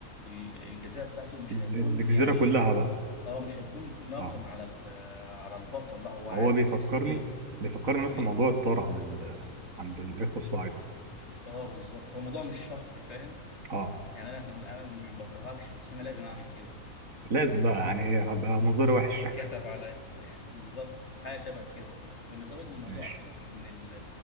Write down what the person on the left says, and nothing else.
ال- الجزاء بتاعته مش
هيكون
يعني
اه مش هيكون ناقم
على ال- على البطل لا هو عارف
وحاسس بيه
ليه
اه بالظبط هو الموضوع مش شخصي فاهم
يعني انا <laughs> انا ما بكرهكش بس انا لازم اعمل كده
امم
اتكتب عليا <laughs> بالظبط حاجه شبه كده واللي زود الموضوع
اكتر ان ال-